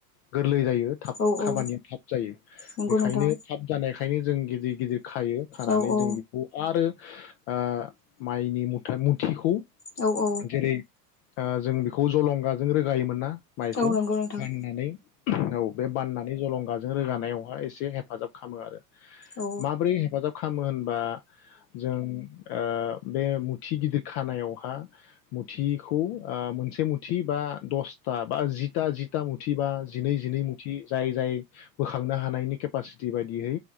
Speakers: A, on the left; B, on the left.
A: गोरलै जायो। थाब
B: औ
A: खामानिया
B: औ
A: थाब जायो
B: नंगौ
A: बेखायनो
B: नोंथां
A: थाब जानाय ओंखायनो जों गिदिर गिदिर खायो खानानै
B: औ औ
A: जों बेखौ आरो ओ माइनि मुथा मुथिखौ
B: औ औ
A: जेरै ओ जों बेखौ जलंगाजों रोगायोमोन ना माइखौ
B: औ नंगौ नोंथां
A: बाननानै औ बे बाननानै जलंगाजों रोगानायावहाय एसे एसे हेफाजाब खालामो आरो
B: औ
A: माबोरै हेफाजाब खामो होनबा जों ओ बे मुथि गिदिर खानायावहा मुथिखौ ओ मोनसे मुथि बा दसथा बा जिथा जिथा मुथि मुथि बा जिनै जिनै मुथि जाय जाय बोखांनो हानायनि केपासिटि बायदियै